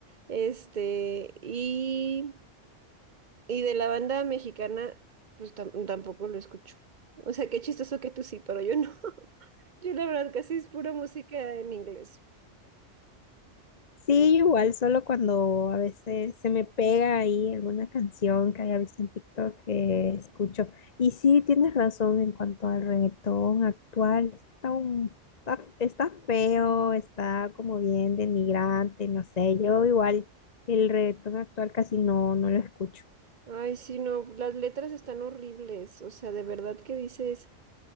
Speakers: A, on the right; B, on the left.
A: Este, y... Y de la banda mexicana, pues tam- tampoco lo escucho. O sea, qué chistoso que tú sí, pero yo no. <laughs> Yo la verdad casi es pura música en inglés.
B: Sí, igual, solo cuando a veces se me pega ahí alguna canción que haya visto en TikTok que escucho. Y sí, tienes razón en cuanto al reggaetón actual. Está un, está, está feo, está como bien denigrante, no sé. Yo igual el reggaetón actual casi no, no lo escucho.
A: Ay, sí, no, las letras están horribles. O sea, de verdad que dices,